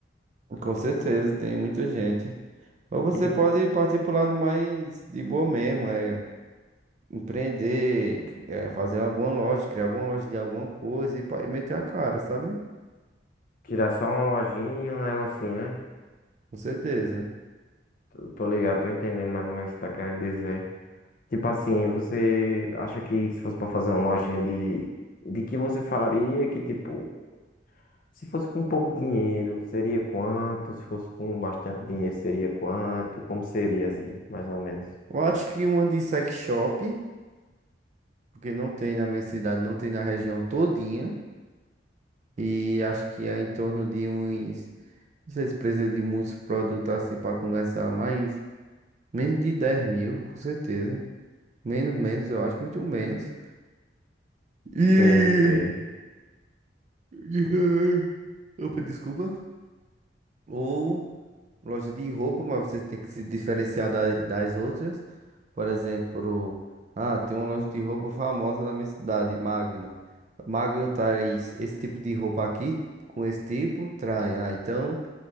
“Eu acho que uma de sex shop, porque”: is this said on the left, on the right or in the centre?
Right